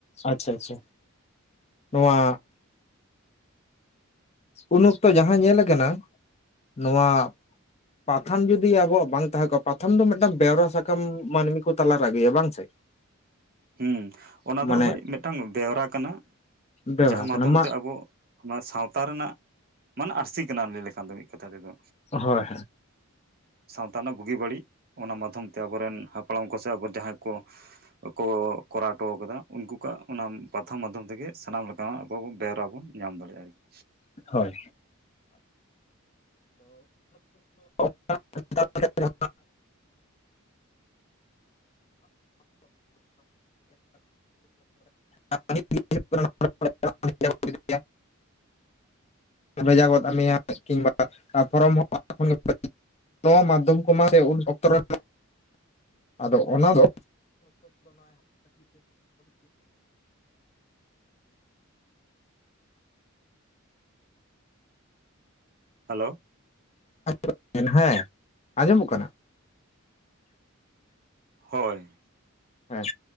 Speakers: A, on the left; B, on the right.
A: ᱟᱪᱪᱷᱟ ᱟᱪᱪᱷᱟ ᱱᱚᱣᱟ ᱩᱱ ᱚᱠᱛᱚ ᱡᱟᱦᱟᱸ ᱧᱮᱞ ᱠᱟᱱᱟ ᱱᱚᱣᱟ ᱯᱟᱛᱷᱟᱢ ᱡᱩᱫᱤ ᱟᱵᱚᱣᱟᱜ ᱵᱟᱝ ᱛᱟᱦᱮᱸ ᱠᱚᱜᱼᱟ, ᱯᱟᱛᱷᱟᱢ ᱫᱚ ᱢᱤᱫᱴᱟᱝ ᱵᱮᱣᱨᱟ ᱥᱟᱠᱟᱢ ᱢᱟᱹᱱᱢᱤ ᱠᱚ ᱛᱟᱞᱟᱨᱮ ᱟᱹᱜᱩᱭᱟ ᱵᱟᱝ ᱥᱮ
B: ᱦᱩᱸ ᱚᱱᱟ ᱫᱚ
A: ᱢᱟᱱᱮ
B: ᱦᱳᱭ ᱢᱤᱫᱴᱟᱝ ᱵᱮᱣᱨᱟ ᱠᱟᱱᱟ
A: ᱵᱮᱣᱨᱟ
B: ᱡᱟᱦᱟᱸ
A: ᱠᱟᱱᱟ
B: ᱢᱟᱫᱽᱫᱷᱚᱢ
A: ᱢᱟ
B: ᱛᱮ ᱟᱵᱚ ᱚᱱᱟ ᱥᱟᱶᱛᱟ ᱨᱮᱱᱟᱜ ᱢᱟᱱᱮ ᱟᱹᱨᱥᱤ ᱠᱟᱱᱟᱢ ᱞᱟᱹᱭ ᱞᱮᱠᱷᱟᱱ ᱫᱚ ᱢᱤᱫ ᱠᱟᱛᱷᱟ ᱛᱮᱫᱚ
A: ᱦᱳᱭ ᱦᱳᱭ
B: ᱥᱟᱶᱛᱟ ᱨᱮᱱᱟᱜ ᱵᱩᱜᱤ ᱵᱟᱹᱲᱤᱡ ᱚᱱᱟ ᱢᱟᱫᱽᱫᱷᱚᱢ ᱛᱮ ᱟᱵᱚᱨᱮᱱ ᱦᱟᱯᱲᱟᱢ ᱠᱚᱥᱮ ᱟᱵᱚ ᱡᱟᱦᱟᱸᱭ ᱠᱚ ᱠᱚ ᱠᱚᱨᱟᱣ ᱦᱚᱴᱚ ᱠᱟᱫᱟ ᱩᱱᱠᱩ ᱠᱚᱣᱟᱜᱼᱟ ᱾ ᱚᱱᱟ ᱯᱟᱛᱷᱟᱢ ᱢᱟᱫᱽᱫᱷᱚᱢ ᱛᱮᱜᱮ ᱥᱟᱱᱟᱢ ᱞᱮᱠᱟᱱᱟᱜ ᱟᱵᱚᱵᱚ ᱵᱮᱣᱨᱟ ᱵᱚᱱ ᱧᱟᱢ ᱫᱟᱲᱮᱭᱟᱜᱼᱟ ᱟᱨᱠᱤ
A: ᱦᱳᱭ <inaudible> <inaudible> <inaudible> ᱵᱷᱮᱡᱟ ᱜᱚᱫ ᱢᱮᱭᱟ <inaudible> ᱠᱤᱢᱵᱟ <inaudible> ᱱᱚᱣᱟ ᱢᱟᱫᱽᱫᱷᱚᱢ ᱠᱚᱢᱟ ᱥᱮ ᱩᱱ ᱚᱠᱛᱚ ᱨᱮᱱᱟᱜ <inaudible> ᱟᱫᱚ ᱚᱱᱟ ᱫᱚ <inaudible>
B: ᱦᱮᱞᱳ
A: <inaudible> ᱦᱮᱸ ᱟᱸᱡᱚᱢᱚᱜ ᱠᱟᱱᱟ
B: ᱦᱳᱭ
A: ᱦᱮᱸ